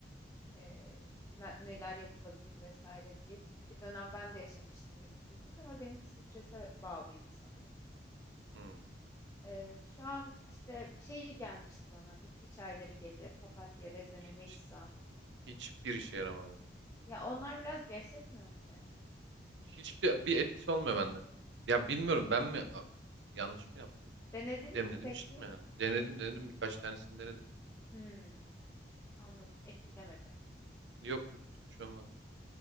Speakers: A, on the left; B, on the right.
A: e, ne- neler yapılabilir vesaire diye. Çünkü bir dönem ben de yaşamıştım uykusuzluk ama benimki strese bağlıydı sanırım.
B: Hmm.
A: E, şu an işte şeyi gelmişti bana bitki çayları gece papatya, rezene,
B: Hiç,
A: melisa.
B: hiçbir işe yaramadı.
A: Ya onlar biraz gevşetmiyor mu seni?
B: Hiçbir bir etkisi olmuyor bende. Ya bilmiyorum ben mi a- yanlış mı yaptım?
A: Denedin
B: Demledim
A: mi peki?
B: içtim yani. Denedim denedim birkaç tanesini denedim.
A: Hmm, anladım etkilemedi.
B: Yok yok hiçbir şey olmadı.